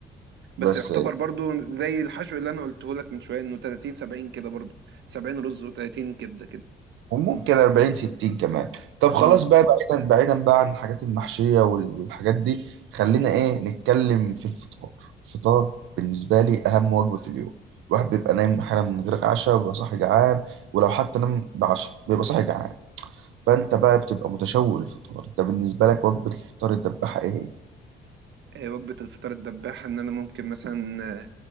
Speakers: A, on the right; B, on the right.
A: بس
B: بس يعتبر برضو زي الحشو اللي انا قلته لك من شويه انه 30 70 كده برضو 70 رز و30 كبده كده
A: وممكن 40 60 كمان طب خلاص
B: مم.
A: بقى بعيدا بعيدا بقى عن الحاجات المحشية وال- والحاجات دي خلينا ايه نتكلم في الفطار الفطار بالنسبة لي أهم وجبة في اليوم الواحد بيبقى نايم أحيانا من غير عشاء وبيبقى صاحي جعان ولو حتى نام بعشاء بيبقى صاحي جعان فأنت بقى بتبقى متشوق للفطار أنت بالنسبة لك وجبة الفطار الدباحة إيه؟
B: آه، وجبه الفطار الدباحه ان انا ممكن مثلا آه،